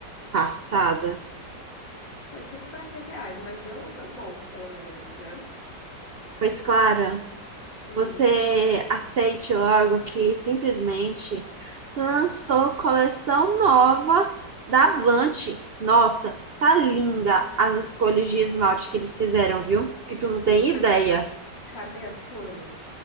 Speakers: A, on the right (about 75°); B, on the left (about 85°).
A: Passada.
B: Foi cinco para seis reais, mas deu, deu bom, pelo menos, né?
A: Pois, Clara.
B: Hum.
A: Você aceite logo que simplesmente lançou coleção nova da Blanche. Nossa, tá linda as escolhas de esmalte que eles fizeram, viu? Que tu não tem
B: Menina,
A: ideia.
B: ca- cadê as cores?